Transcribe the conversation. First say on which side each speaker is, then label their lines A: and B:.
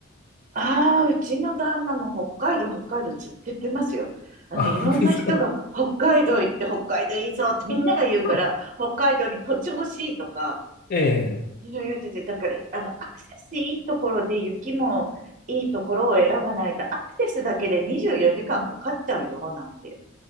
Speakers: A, on the right (about 40°); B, on the left (about 45°).
A: ああ、うちの旦那も北海道、北海道ずっと言ってますよ。あの、
B: あ、
A: いろんな人が北海道行って北海道いいぞってみんなが言うから、
B: 本当ですか。<laughs>
A: 北海道に土地欲しいとか、
B: ええ、
A: いやいや、違うてて、だから、あの、アクセスいいところで雪もいいところを選ばないと、アクセスだけで24時間かんかかっちゃうよ、なんて、